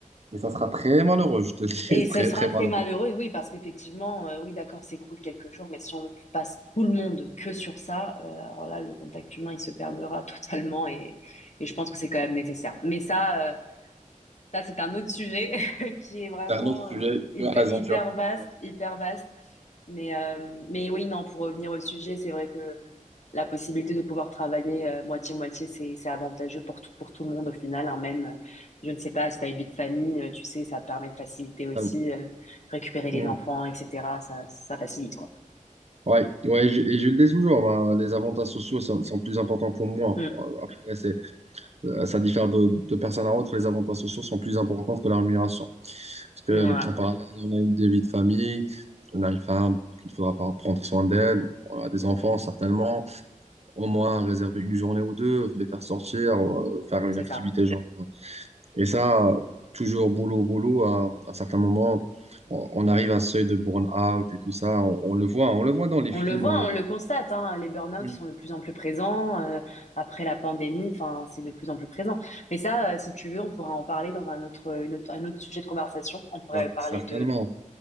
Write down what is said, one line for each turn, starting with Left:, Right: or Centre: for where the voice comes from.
Right: Et ça sera très malheureux, je te le dis,
Left: Et ce
Right: <laughs> très
Left: sera
Right: très
Left: très
Right: malheureux.
Left: malheureux, oui, parce qu'effectivement, euh, oui, d'accord, c'est cool quelques jours, mais si on passe tout le monde que sur ça, euh, alors là, le contact humain, il se perdra <laughs> totalement et, et je pense que c'est quand même nécessaire. Mais ça, euh, Ça, c'est un autre sujet <laughs> qui est vraiment
Right: C'est un autre sujet.
Left: euh, hyper,
Right: Tu as raison,
Left: hyper
Right: tu as parfaitement
Left: vaste,
Right: raison.
Left: hyper vaste. Mais, euh, mais oui, non, pour revenir au sujet, c'est vrai que euh, la possibilité de pouvoir travailler euh, moitié-moitié, c'est, c'est avantageux pour tout, pour tout le monde au final. hein. même, euh, je ne sais pas, si tu as une vie de famille, euh, tu sais, ça permet de faciliter aussi
Right: Totalement.
Left: euh, récupérer les
Right: Mm.
Left: enfants, etc. Ça, ça facilite, quoi.
Right: Ouais, ouais, je- et je le dis toujours, bah, les avantages sociaux sont, sont plus importants pour moi.
Left: Mm,
Right: Bon, Après, c'est, euh, ça diffère de, de personne à autre, les avantages sociaux sont plus importants que la rémunération. Parce que
Left: ouais,
Right: en parallèle, on a une des vies de famille, on a une femme qu'il faudra pas prendre soin d'elle, on a des enfants certainement, au moins réserver une journée ou deux, les faire sortir, euh, faire une
Left: c'est
Right: activité
Left: ça.
Right: genre Et ça, toujours boulot, boulot, à, à certains moments, on, on arrive à un seuil de burn-out et tout ça. On, on le voit, on le voit dans les films,
Left: On le voit,
Right: on le
Left: on
Right: voit.
Left: le constate, hein, les burn-out
Right: Mm.
Left: ils sont de plus en plus présents euh, après la pandémie, enfin c'est de plus en plus présent. Mais ça, euh, si tu veux, on pourra en parler dans un autre, une autre- un autre sujet de conversation. On pourrait
Right: Ah,
Left: parler
Right: certainement,
Left: de,